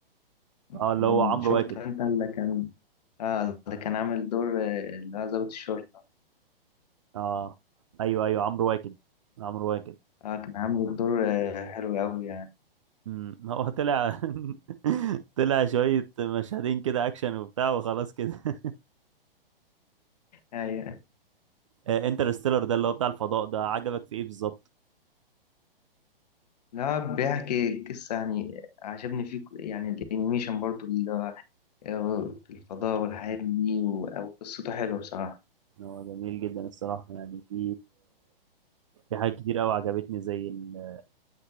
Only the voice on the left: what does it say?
كان
شفت
انت اللي كان اه اللي كان عامل دور آه، اللي هو ضابط الشرطة
اه كان عامل الدور آه، حلو قوي يعني
أيوة.
لا بيحكي قصة يعني عجبني فيه يعني الانيميشن برضو اللي هو آه، في الفضاء والحاجات دي و- أو قصته حلوة بصراحة